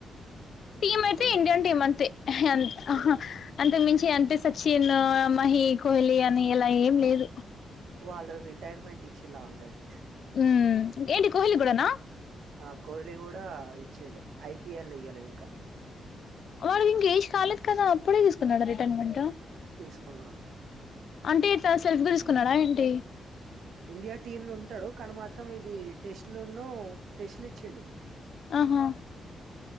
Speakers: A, on the left; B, on the right.
A: టీమ్ అయితే
B: కుల్దీప్
A: ఇండియన్ టీమ్ అంతే హ్
B: ఇండియన్
A: అహ అంతకు మించి అనిపించదు సచిన్ మహీ కోహ్లీ అని ఇలా ఏం
B: ఆ
A: లేదు
B: వాళ్ళు రిటైర్మెంట్ ఇచ్చిల్లు ఆల్రెడీ
A: ఉ ఏంటి కోహ్లీ కూడానా
B: ఆ కోహ్లీ కూడా ఇచ్చిండు ఐపిఎల్ ఇయ్యాలే ఇంకా
A: వాడికి ఇంక ఏజ్ కాలేదు కదా అప్పుడే తీసుకున్నాడా రిటర్న్మెంట్
B: తీసుకున్నాడు
A: అంటే తను సెల్ఫ్గా తీసుకున్నాడా ఏంటి
B: ఇండియా టీమ్ లో ఉంటాడు కానీ మాత్రం ఇది టెస్ట్లున్ను టెస్ట్లు ఇచ్చిండు
A: ఆహా